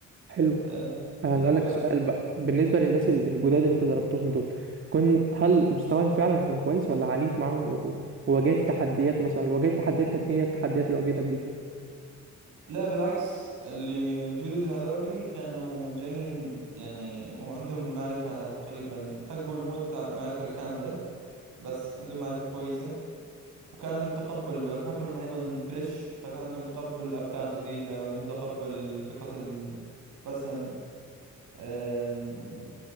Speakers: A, on the right; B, on the right.
A: حلو.
B: آه،
A: هسألك
B: اي ف
A: سؤال بقى بالنسبة للناس ال- الجداد اللي انت ضربتهم دول كن هل مستواهم فعلا كان كويس ولا عانيت معاهم و- وواجهت تحديات مثلا لو واجهت تحديات كانت ايه هي التحديات اللي واجهتك دي
B: لا بالعكس اللي الجدد هذولي كانوا جايين بط- يعني وعندهم المعرفة تقريبا خلينا نقول مو التع- المعرفة الكاملة بس عندهم معرفة كويسة وكان عندهم تقبل بحكم انهم ايضا فريش فكان عندهم تقبل افكار جديده عندهم تقبل فكره الم- القسم أم،